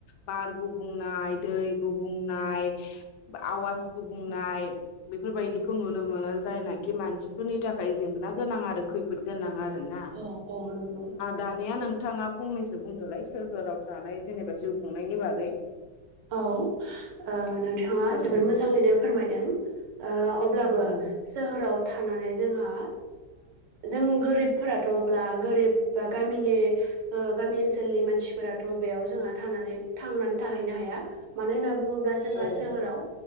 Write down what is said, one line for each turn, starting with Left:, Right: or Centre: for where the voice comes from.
Left: बार गुबुंनाय दै गुबुंनाय आवाज गुबुंनाय बेफोरबायदिखौ नुनो मोनो जायनाखि मानसिफोरनि थाखाय जेंना गोनां आरो खैफोद गोनां आरोना
Right: औ औ नंगौ
Left: दानिया नोंथाङा फंनैसो बुंदोंलाय सोरहोराव थानाय जेनेबा जिउ खुंनायनि बागै।
Right: औ औ नोंथाङा
Left: सोहोरनि
Right: जोबोर मोजाङैनो फोरमायदों ओ अब्लाबो
Left: उम
Right: सोहोराव थां थानानै जोंहा जों गोरिबफोराथ' अब्ला गोरिब बा गामिनि गामि ओनसोलनि मानसिफोराथ' बेयाव जोंहा थानानै थांनानै थाहैनो हा या मानो होनना बुङोब्ला जोंहा
Left: औ
Right: सोहोराव